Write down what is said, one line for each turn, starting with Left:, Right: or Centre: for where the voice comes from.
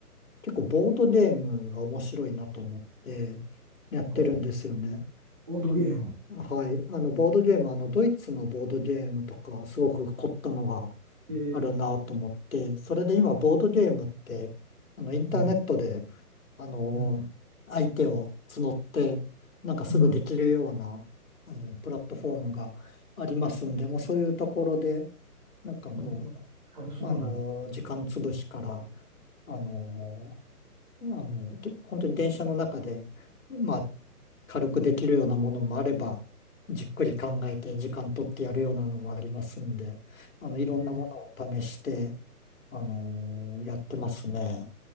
Left: 結構ボードゲームが面白いなと思ってやってるんですよね。
Right: おう、ボードゲーム。
Left: あの、はい。あの、ボードゲーム、あの、ドイツのボードゲームとか、すごく凝ったのが
Right: えー、
Left: あるなと思って、それで今、ボードゲームって、あの、インターネットで、
Right: うん、
Left: あの、
Right: うん、
Left: 相手を募って、なんかすぐできるような、
Right: うん。
Left: あの、プラットフォームがありますんで、もうそういうところで、なんかも
Right: もうあ、あそうなんだ。
Left: う、あの、時間潰しから、あのあの、で、本当に電車の中で、まあ、軽くできるようなものもあれば、じっくり考えて時間取ってやるようなのもありますんで、あの、いろんなものを試して、
Right: で
Left: あのーやってますね。